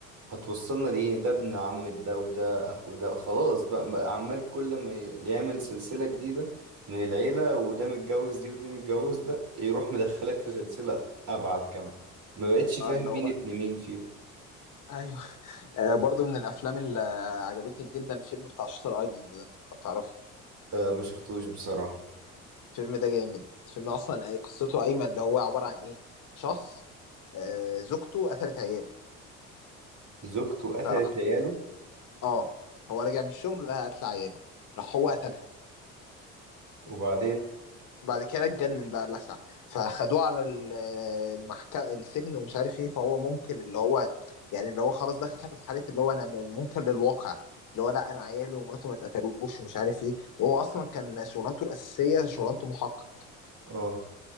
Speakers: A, on the right; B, on the left.
A: هتوصلنا لإيه ده ابن عم ده وده أخو ده وخلاص بقى بقى عمال كل ما ي- يعمل سلسلة جديدة من العيلة وده متجوز دي ودي متجوز ده يروح مدخلك في سلسلة أبعد كمان ما بقتش فاهم
B: اه اللي هو
A: مين ابن مين فيهم
B: ايوه آه برضو من الافلام اللي عجبتني جدا الفيلم بتاع شاتر ايلاند ده لو تعرفه
A: آه ما شفتوش بصراحة
B: الفيلم ده جامد الفيلم اصلا قصته ايمن اللي هو عباره عن ايه شخص آه، زوجته قتلت عياله
A: زوجته قتلت
B: فراح
A: عياله
B: اه هو رجع من الشغل لقى قتل عياله راح هو قتلها
A: وبعدين
B: بعد كده اتجنن بقى اللسع فخدوه على ال- المحكمة السجن ومش عارف ايه فهو منكر اللي هو يعني اللي هو خلاص دخل في حالة اللي هو انا منكر للواقع اللي هو لا انا عيالي ومراته ما اتقتلوش ومش عارف ايه وهو اصلا كان شغلانته الاساسية شغلانته محقق
A: اه